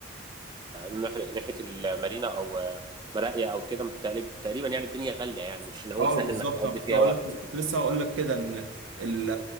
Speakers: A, on the right (about 20°); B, on the right (about 85°).
A: ناح- ناحيه المارينا او مراقيه او كده تقريب- تقريبا يعني الدنيا غاليه يعني مش اللي هو
B: اه
A: سهل
B: بالظبط
A: انك تقضي
B: انا كنت
A: فيها
B: هقول
A: وقت
B: لك كنت لسه هقول لك كده ان ال-